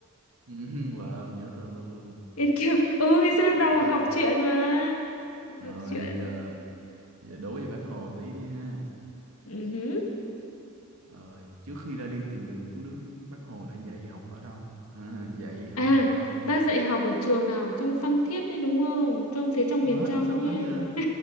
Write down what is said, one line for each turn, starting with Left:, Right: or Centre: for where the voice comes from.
Right: Ừm, Wow, nhớ tên luôn.
Left: Yết Kiều ừ ngày xưa
Right: Ok.
Left: đầu học truyện mà
Right: Rồi
Left: học truyện
Right: giờ giờ đố về bác Hồ tí đi ha.
Left: ừ hứ.
Right: Rồi trước khi ra đi tìm đường cứu nước, bác Hồ đã dạy học ở đâu? Ha, dạy học
Left: À,
Right: ở đâu?
Left: ba dạy học ở trường nào? Trong Phan Thiết đấy đúng không? Trong phía trong
Right: What?
Left: miền trong
Right: Sao
Left: ấy.
Right: vướng vậy?